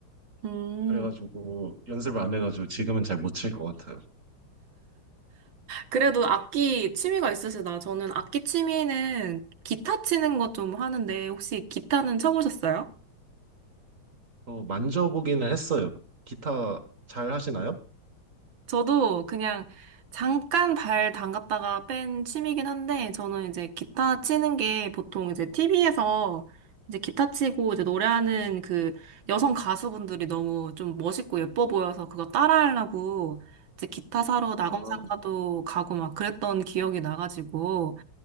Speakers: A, on the right; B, on the right.
A: 음,
B: 그래가지고 연습을 안 해가지고 지금은 잘 못 칠 것 같아요.
A: 그래도
B: 음,
A: 악기 취미가 있으시다. 저는 악기 취미는 기타 치는 거 좀 하는데, 혹시 기타는 쳐보셨어요?
B: 또 만져보기는 했어요. 기타 잘 하시나요?
A: 저도 그냥 잠깐 발 담갔다가 뺀 취미긴 한데, 저는 이제 기타 치는 게 보통 이제 TV에서 이제 기타 치고 이제 노래하는 그 여성 가수분들이 너무 좀 멋있고 예뻐 보여서 그거 따라하려고 이제 기타 사러
B: 아,
A: 낙원상가도 가고 막 그랬던 기억이 나가지고,